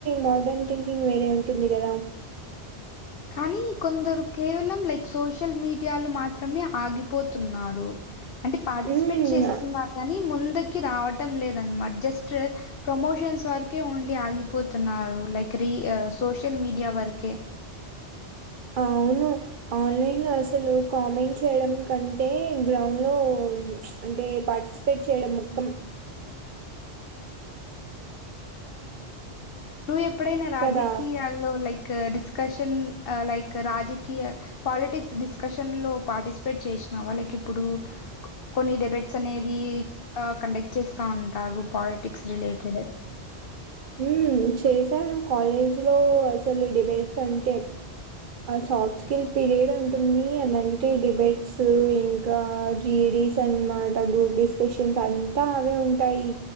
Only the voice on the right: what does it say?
మోడర్న్ థింకింగ్ వేరే ఉంటుంది కదా
హ్మ్.
అవును ఆన్లైన్ లో అసలు కామెంట్ చేయడం కంటే గ్రౌండ్ లో అంటే పార్టిసిపేట్ చేయడం ముఖ్యం
కదా!
ఉమ్ చేశాను కాలేజ్ లో అసలు డిబేట్స్ అంటే సాఫ్ట్ స్కిల్ పిరియడ్ ఉంటుంది ఎదంటే డిబెట్స్ ఇంకా జీడీస్ అనమ గ్రూప్ డిస్కషన్స్ అంతా అవే ఉంటాయి